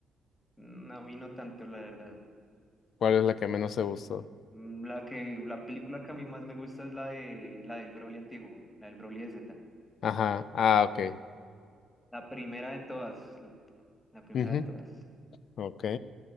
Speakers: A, on the left; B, on the left.
A: Mm, A mí no tanto, la verdad.
B: ¿Cuál es la que menos te gustó?
A: Mm, La que, la película que a mí más me gusta es la de, la del Broly antiguo, la del Broly de Z.
B: Ajá. Ah, ok.
A: La primera de todas. La primera
B: Ujú,
A: de todas.
B: Ok.